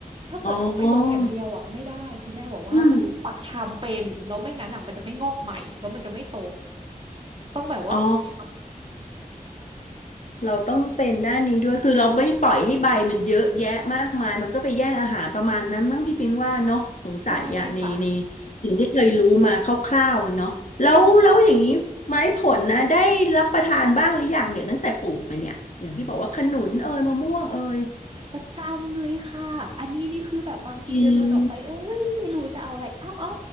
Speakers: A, on the right; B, on the left.
A: ถ้าเกิดเอาไปลงอย่างเดียวอ่ะไม่ได้คุณแม่บอกว่าต้องปักชำเป็นแล้วไม่งั้นอ่ะมันจะไม่งอกใหม่แล้วมันจะไม่โต
B: อ๋ออืม
A: ต้องแบบว่าปักช
B: อ๋อ เราต้องเป็นด้านนี้ด้วย คือเราไม่ปล่อยให้ใบมันเยอะแยะมากมาย มันก็ไปแย่งอาหารประมาณนั้นมั้งพี่ปิงว่าเนาะสงสัยอ่ะในใน
A: ำใช่ค่ะ
B: สิ่งที่เคยรู้มาคร่าวๆอะเนาะแล้วแล้วอย่างนี้ไม้ผลนะได้รับประทานบ้างหรือยังเนี่ยตั้งแต่ปลูกมาเนี่ยอย่างที่บอกว่าขนุนเอยมะม่วงเอย
A: ประจำเลยค่ะอันนี้นี่คือแบบบางทีเดินเดินออกไปเอ้ยไม่รู้จะเอาอะไรเอ้าเอ้า
B: จริง